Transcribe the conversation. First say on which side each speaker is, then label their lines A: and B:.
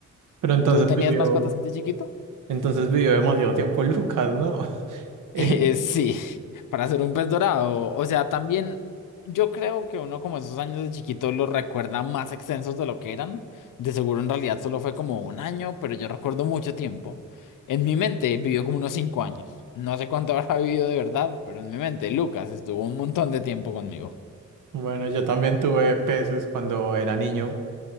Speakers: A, on the right; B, on the left.
A: pero entonces
B: ¿Tú tenías
A: vivió,
B: mascotas de chiquito?
A: entonces vivió demasiado tiempo Lucas, ¿no? <laughs>
B: Eh,
A: Eh,
B: eh, sí, <laughs> para ser un pez dorado. O sea, también yo creo que uno como esos años de chiquito los recuerda más extensos de lo que eran. De seguro en realidad solo fue como un año, pero yo recuerdo mucho tiempo. En mi mente vivió como unos cinco años. No sé cuánto <laughs> habrá vivido de verdad, pero en mi mente Lucas estuvo un montón de tiempo conmigo.
A: bueno, yo también tuve peces cuando era niño.